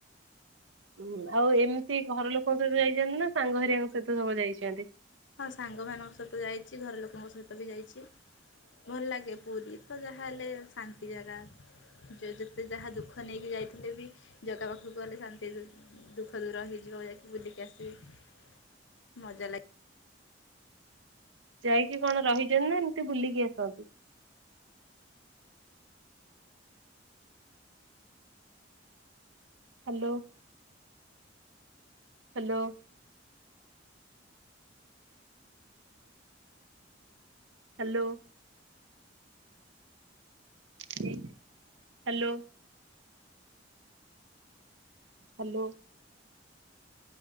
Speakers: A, on the right; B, on the left.
A: ହୁଁ ଆଉ ଏମିତି ଘର ଲୋକଙ୍କ ସହିତ ଯାଇଛନ୍ତି ନା ସାଙ୍ଗ ହେରିଆଙ୍କ ସହିତ ସବୁ ଯାଇଛନ୍ତି?
B: ହଁ ସାଙ୍ଗମାନଙ୍କ ସହିତ ଯାଇଛି। ଘର ଲୋକଙ୍କ ସହିତ ବି ଯାଇଛି। ଭଲ ଲାଗେ ପୁରୀ ତ ଯାହାହେଲେ ଶାନ୍ତି ଜାଗା। ଯିଏ ଯେତେ ଯାହା ଦୁଃଖ ନେଇକି ଯାଇଥିଲେ ବି ଜାଗା ପାଖକୁ ଗଲେ ଶାନ୍ତି ଦୁଃଖ ଦୂର ହେଇଯିବ ଯାଇକି ବୁଲିକି ଆସିବି ମଜା ଲାଗେ
A: ଯାଇକି କଣ ରହିଛନ୍ତି ନା ଏମିତି ବୁଲିକି ଆସନ୍ତି? Hello hello hello. Hello. Hello.